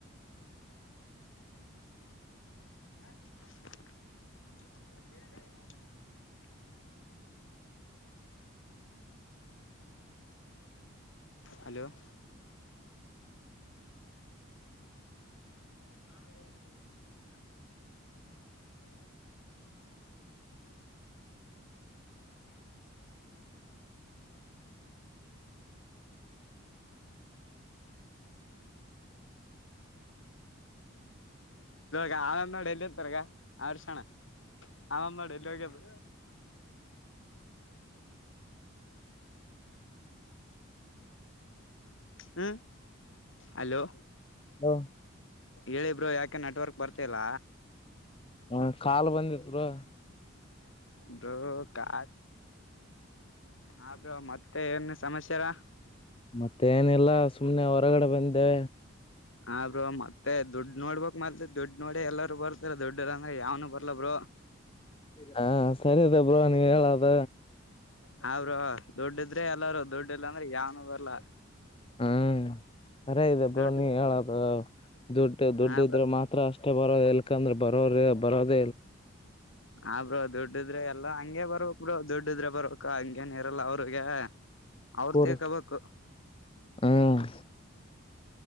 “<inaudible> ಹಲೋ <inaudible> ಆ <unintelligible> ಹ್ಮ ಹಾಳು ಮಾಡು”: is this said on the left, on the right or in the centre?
Left